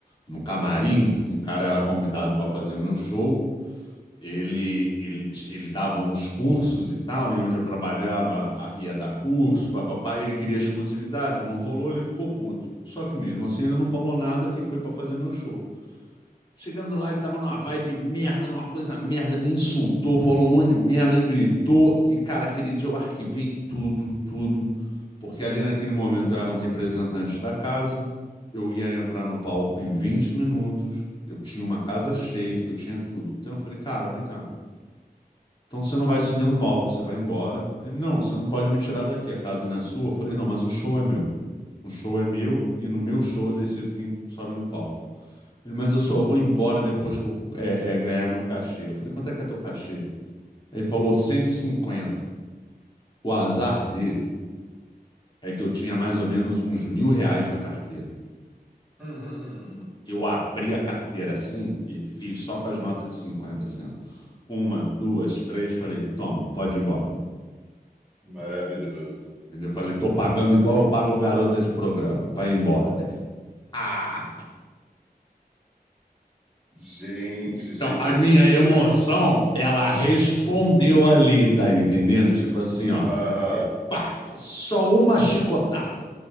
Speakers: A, on the left (about 30°); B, in the centre.
A: num camarim, um cara era convidado para fazer o meu show. Ele, ele, ti- ele dava uns cursos e tal, e onde eu trabalhava a- ia dar curso, papapá. Ele queria exclusividade, não rolou, ele ficou puto. Só que mesmo assim ele não falou nada e foi para fazer meu show. Chegando lá, ele tava numa vibe merda, numa coisa merda, me insultou, falou um monte de merda, gritou. E, cara, aquele dia eu arquivei tudo, tudo. Porque ali naquele momento eu era um representante da casa, eu ia entrar no palco em 20 minutos, eu tinha uma casa cheia, eu tinha tudo. Então eu falei, cara, vem cá. Então você não vai subir no palco, você vai embora. Ele, não, você não pode me tirar daqui, a casa não é sua. Eu falei, não, mas o show é meu. O show é meu e no meu show eu decido quem sobe no palco. Ele, mas eu só vou embora depois que eu é, é, ganhar meu cachê. Eu falei, quanto é que é teu cachê? Ele falou, 150. O azar dele é que eu tinha mais ou menos uns mil reais na carteira.
B: <laughs>
A: Eu abri a carteira assim e fiz só com as notas de 50 assim, ó. Uma, duas, três, falei, toma, pode ir embora.
B: Maravilhoso.
A: Entendeu? Eu falei, tô pagando igual eu pago garota de programa, pra ir embora. Ah!
B: Gente,
A: Então,
B: gente.
A: a
B: <laughs>
A: minha emoção, ela respondeu ali, tá entendendo? Tipo assim, ó,
B: Aham.
A: aqui, ó, pá, só uma chicotada,